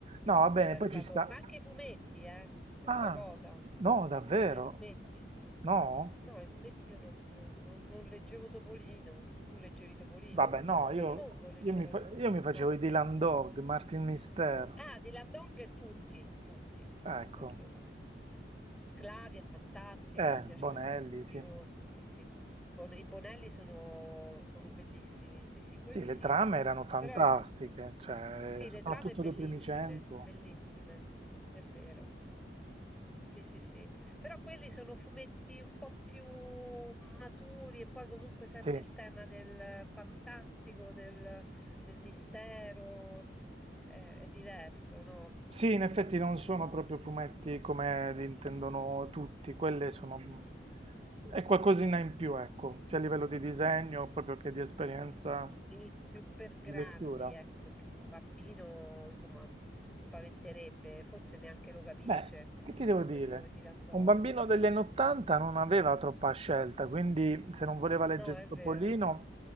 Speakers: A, on the right; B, in the centre.
A: No, va bene,
B: Cioè,
A: poi
B: è stato,
A: ci sta...
B: ma anche i fumetti, eh, stessa
A: Ah,
B: cosa,
A: no, davvero?
B: pure i fumetti.
A: No?
B: No, i fumetti io non, non- non- non leggevo Topolino, tu leggevi Topolino,
A: Vabbè, no,
B: tutto
A: io,
B: il mondo leggeva
A: io mi, fa-
B: Topolino,
A: io mi facevo
B: no.
A: i Dylan Dog, Martin Mister,
B: Ah, Dylan Dog tutti, tutti,
A: ecco.
B: tutti, assolutamente. Sclavi è fantastico,
A: Eh,
B: mi piace
A: Bonelli,
B: tantissimo.
A: sì.
B: Sì, sì, sì. Bon- I Bonelli sono, sono bellissimi, sì, sì, quelli
A: Sì, le
B: sì.
A: trame erano fantastiche,
B: Però ecco,
A: cioè,
B: sì, le
A: soprattutto
B: trame bellissime,
A: dei primi 100.
B: bellissime, è vero. Sì, sì, sì. Però quelli sono fumetti un po' più maturi e poi comunque sempre
A: Sì.
B: il tema del fantastico, del, del mistero, mh, eh, è diverso, no?
A: Sì, in effetti non sono proprio fumetti come li intendono tutti, quelle sono... mh, è qualcosina in più, ecco, sia a livello di disegno proprio che di esperienza
B: Lì più per
A: di
B: grandi,
A: lettura.
B: ecco, perché un bambino, insomma, si spaventerebbe, forse neanche lo capisce,
A: Beh, che ti devo
B: un fumetto
A: dire?
B: come Dylan Dog.
A: Un bambino
B: oddio.
A: degli anni 80 non aveva troppa scelta, quindi se non voleva leggere
B: No, è
A: Topolino
B: vero,